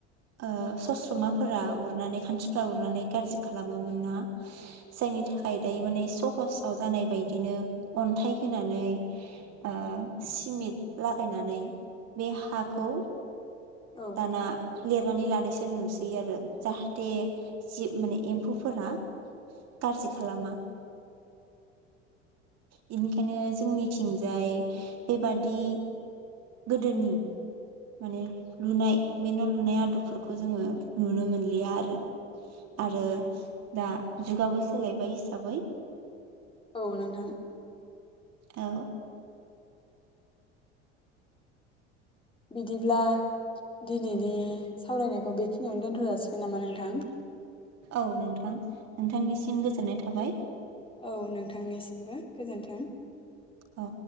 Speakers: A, on the right (about 50°); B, on the left (about 15°).
A: ओ सस्रमाफोरा उरनानै खानस्रिफ्रा उरनानै गाज्रि खालामोमोन ना जायनि थाख खाय दायो माने सहसाव जानाय बायदिनो अन्थाइ होनानै ओ सिमिट लागायनानै बे हाखौ
B: औ
A: दाना लिरनानै लानायसो नुसैयो आरो जाहाथे जि माने एम्फौफोरा गाज्रि खालामा बेनिखायनो जोंनिथिंजाय बेबादि गोदोनि माने लुनाय बे न'लुनाय आदबफोरखौ जोङो नुनो मोनलिया आरो
B: औ
A: आरो दा जुगाबो सोलायबाय हिसाबै
B: औ नोंथां
A: औ
B: बिदिब्ला दिनैनि सावरायनायखौ बेखिनियावनो दोनथ जासिगोन नामा नोंथां
A: औ नोंथां नोंथांनिसिम गो गोजोननाय थाबाय
B: औ नोंथांनिसिमबो गोजोन्थों
A: औ